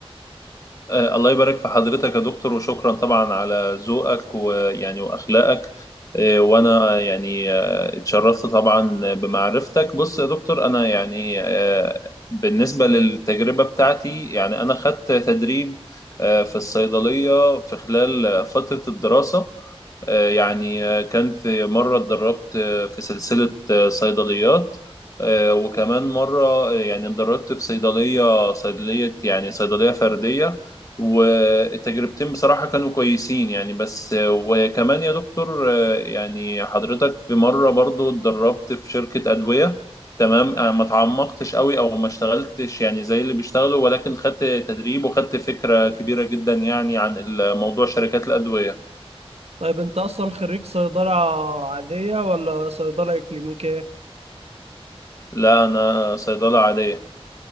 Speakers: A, on the left (about 35°); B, on the right (about 80°).
A: آه، الله يبارك في حضرتك يا دكتور وشكرا طبعا على ذوقك ويعني واخلاقك آه، وانا يعني آه، اتشرفت طبعا بمعرفتك بص يا دكتور انا يعني آه، بالنسبه للتجربه بتاعتي يعني انا خدت تدريب آه، في الصيدليه في خلال فتره الدراسه آه، يعني آه، كان في مرة اتدربت آه، في سلسلة آه، صيدليات آه، وكمان مرة آه، يعني اتدربت في صيدلية صيدلية يعني صيدلية فردية والتجربتين بصراحة كانوا كويسين يعني بس آه، وكمان يا دكتور آه، يعني حضرتك في مرة برضو اتدربت في شركة أدوية تمام آه، ما تعمقتش قوي او ما اشتغلتش يعني زي اللي بيشتغلوا ولكن خدت تدريب وخدت فكرة كبيرة جدا يعني عن الموضوع شركات الأدوية
B: طيب أنت أصلا خريج صيدلة عادية ولا صيدلة إكلينيكية؟
A: لا انا صيدله عاديه